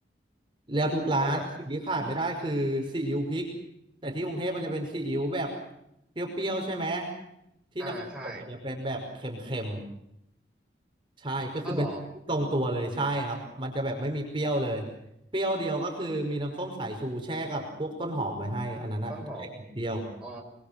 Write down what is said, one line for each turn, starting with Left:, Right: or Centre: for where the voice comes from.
Right: แล้วทุกร้านสิ่งที่ขาดไม่ได้คือซีอิ๊วพริก
Centre: มันแบบ
Right: แต่ที่กรุงเทพมันจะเป็นซีอิ๊วแบบเปรี้ยวๆใช่ไหมที่นครปฐมมันจะเป็นแบบเค็ม
Centre: อ่าใช่
Right: ใช่ก็คือเป็น
Centre: อ้าวเหรอ
Right: <laughs> ที่ตรงตัวเลยใช่ครับมันจะแบบไม่มีเปรี้ยวเลยเปรี้ยวเดียวก็คือมีน้ำส้มสายชูแช่กับพวกต้นหอมไว้ให้อันนั้นอะถ้าอยากกินเปรี้ยว
Centre: ต้นหอมอ๋อ